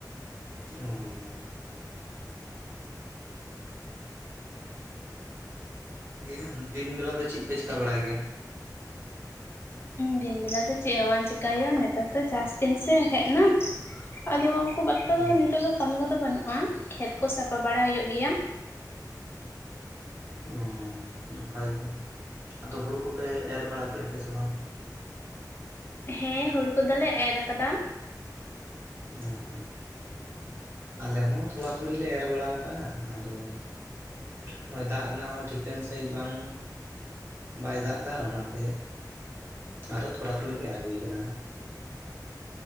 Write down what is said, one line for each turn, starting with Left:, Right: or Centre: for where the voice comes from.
Right: ᱚᱸ ᱫᱤᱭᱟᱮ ᱫᱤᱱ ᱵᱮᱞᱟ ᱫᱚ ᱪᱮᱜ ᱯᱮ ᱪᱤᱠᱟ ᱵᱟᱲᱟᱭ ᱜᱮᱭᱟ?
Left: ᱫᱤᱱ ᱵᱮᱞᱟ ᱫᱚ ᱪᱮᱜ ᱦᱚᱸ ᱵᱟᱝ ᱪᱮᱤᱠᱟᱭ ᱦᱳᱭᱳᱜᱼᱟ ᱱᱮᱛᱟᱨ ᱫᱚ ᱪᱟᱥ ᱫᱤᱱ ᱥᱮ ᱦᱮᱜ ᱮᱱᱟ᱾ ᱟᱫᱚ, ᱠᱷᱩᱵ ᱮᱠᱴᱟ
Right: ᱚ
Left: ᱫᱚ ᱱᱤᱛᱚᱜ ᱫᱚ ᱠᱟᱹᱢᱤ ᱠᱚᱫᱚ ᱵᱟᱹᱱᱩᱜᱼᱟ ᱠᱷᱮᱛ ᱠᱚ ᱥᱟᱯᱟ ᱵᱟᱲᱟ ᱦᱤᱭᱳᱜ ᱜᱮᱭᱟ᱾
Right: ᱚᱸ ᱱᱟᱯᱟᱭ ᱜᱮ ᱟᱫᱚ ᱦᱩᱲᱩ ᱠᱚᱯᱮ ᱮᱨ ᱵᱟᱲᱟ ᱠᱮᱜᱼᱟ ᱯᱮ ᱥᱮ ᱵᱟᱝ?
Left: ᱦᱮᱸ ᱦᱚᱲᱩ ᱠᱚᱫᱚᱞᱮ ᱮᱨ ᱠᱟᱫᱟ᱾
Right: ᱦᱮᱸ ᱟᱞᱮ ᱦᱚᱸ ᱛᱷᱚᱲᱟ ᱛᱷᱩᱲᱤ ᱮᱨ ᱵᱟᱲᱟᱣ ᱠᱟᱜᱼᱟ ᱟᱫᱚ? ᱱᱚᱜᱼᱚᱭ ᱫᱟᱜ ᱨᱮᱱᱟᱜ ᱦᱚᱸ ᱴᱷᱤᱠᱟᱹᱱ ᱥᱟᱺᱦᱤᱡ ᱵᱟᱝ, ᱵᱟᱭ ᱫᱟᱜᱽ ᱫᱟ ᱚᱱᱟᱛᱮ ᱟᱫᱚ ᱛᱷᱚᱲᱟ ᱛᱷᱩᱲᱤ ᱜᱮ ᱮᱨ ᱦᱩᱭ ᱠᱟᱱᱟ᱾